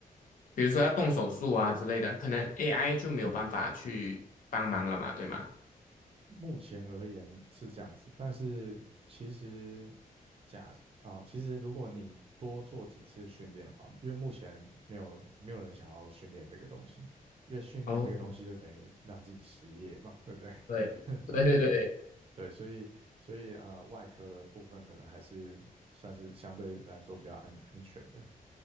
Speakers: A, on the left; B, on the right.
A: 比如说要动手术啊之类的，可能 AI 就没有办法去帮忙了嘛，对吗？
B: 目前而言是这样子，但是其实假啊、其实如果你多做几次训练的话，因为目前没有没有人想要训练这个东西，因为训练这个东西就等于让自己失业嘛，
A: 哦，
B: 对不对？
A: 对，
B: <laughs>
A: 对对对，
B: 对，所以所以呃，外科的部分可能还是算是相对来说比较安安全的。